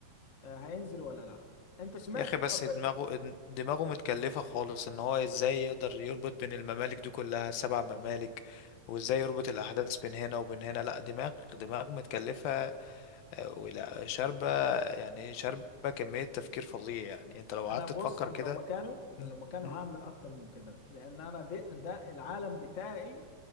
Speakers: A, on the left; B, on the left.
A: آه، هينزل ولا لا انت سمعت
B: يا أخي بس
A: طب
B: دماغه دماغه متكلفة خالص إن هو إزاي يقدر يربط بين الممالك دي كلها سبع ممالك وإزاي يربط الأحداث بين هنا وبين هنا لا دماغ دماغ متكلفة ولا شاربة يعني شاربة كمية تفكير فظيع يعني انت لو قعدت
A: انا بص
B: تفكر
A: انا
B: كده
A: لو مكانه
B: مم،
A: انا لو مكانه
B: مم،
A: هعمل اكتر من كده لان انا ده, ده العالم بتاعي